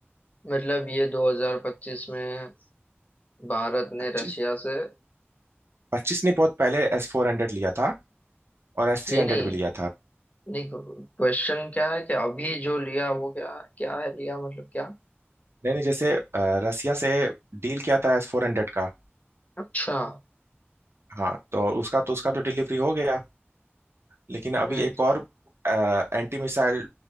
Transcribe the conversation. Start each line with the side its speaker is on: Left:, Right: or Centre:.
Left: मतलब ये 2025 में भारत ने
Right: पच्चीस
Left: रशिया से
Right: पच्चीस ने बहुत पहले एस फोर हंड्रेड लिया था और एस थ्री
Left: नहीं
Right: हंड्रेड
Left: नहीं
Right: भी लिया था
Left: नहीं क्वेश्चन क्या है कि अभी जो लिया वो क्या क्या है लिया मतलब क्या
Right: नहीं नहीं जैसे अ, रसिया से डील किया था एस फोर हंड्रेड का
Left: अच्छा
Right: हाँ तो उसका तो उसका तो डिलीवरी हो गया लेकिन अभी
Left: हम्म
Right: एक और एंटी मिसाइल